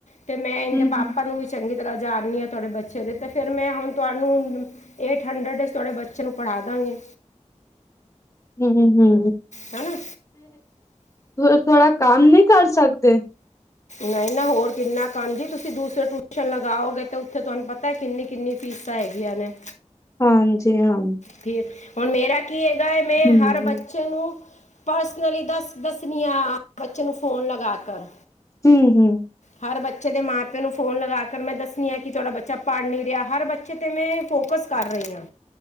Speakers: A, on the left; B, on the left.
A: ਤੇ ਮੈਂ
B: ਹੂੰ
A: ਇਹਦੇ ਪਾਪਾ
B: ਹੂੰ।
A: ਨੂੰ ਵੀ ਚੰਗੀ ਤਰ੍ਹਾਂ ਜਾਣਨੀ ਹਾਂ ਤੁਹਾਡੇ ਬੱਚੇ ਦੇ ਤੇ। ਫਿਰ ਮੈਂ ਹੁਣ ਤੁਹਾਨੂੰ ਏਟ ਹੰਡਰਡ ਤੁਹਾਡੇ ਬੱਚੇ ਨੂੰ ਪੜ੍ਹਾ ਦਾਂਗੀ।
B: ਹਮ-ਹਮ
A: ਹੈਣਾ
B: ਥੋੜਾ-ਥੋੜਾ ਕੰਮ ਨਹੀਂ ਕਰ ਸਕਦੇ?
A: ਮੈਂ ਨ ਹੋਰ ਕਿੰਨਾ ਕਾਂਜੀ, ਤੁਸੀਂ ਦੂਸਰੇ ਟੁਸ਼ਨ ਲਗਾਓਗੇ, ਤੇ ਓਥੇ ਤੁਹਾਨੂੰ ਪਤਾ, ਕਿੰਨੀ ਕਿੰਨੀ ਫੀਸਾਂ ਹੈਗੀਆਂ ਨੇ।
B: ਹਾਂਜੀ ਹਾਂ।
A: ਪਿਰ, ਹੁਣ ਮੇਰਾ ਕੀ ਐਗਾਅ, ਮੈਂ
B: ਹੂੰ
A: ਹਰ
B: ਹੂੰ
A: ਬੱਚੇ ਨੂੰ ਪਰਸਨਲੀ ਦੱਸ ਦੱਸ ਨੀਆ, ਬੱਚੇ ਨੂੰ ਫੋਨ ਲਗਾ ਕਰ,
B: ਹੂੰ
A: ਹਰ ਬੱਚ ਬੱਚੇ ਦੇ ਮਾਂ ਪਿਓ ਨੂੰ ਫੋਨ ਲਗਾ ਕਰ, ਮੈਂ ਦੱਸਨੀਆ ਕਿ ਤੁਹਾਡਾ ਬੱਚਾ ਪੜ੍ਹ ਨੀ ਰਿਹਾ। ਹਰ ਬੱਚੇ ਤੇ ਮੈਂ ਫੋਕਸ ਕਰ ਰਹੀ ਨੀਆ,